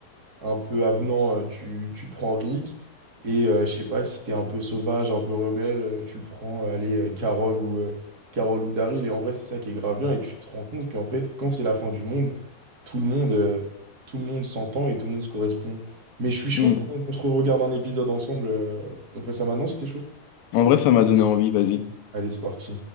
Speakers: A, on the right (about 25°); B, on the left (about 85°).
A: un peu avenant, euh, tu, tu prends Rick. Et euh, je sais pas si t'es un peu sauvage, un peu rebelle, euh, tu prends, euh, allez, euh, Carole ou, euh, Carole ou Daryl. Et en vrai, c'est ça qui est grave bien. Et tu te rends compte qu'en fait, quand c'est la fin du monde, tout le monde, euh, tout le monde s'entend et tout le monde se correspond. Mais je suis chaud
B: Hmm.
A: qu'on qu'on se regarde un épisode ensemble. euh, on fait ça maintenant si t'es chaud?
B: En vrai, ça m'a donné envie, vas-y.
A: Allez, c'est parti.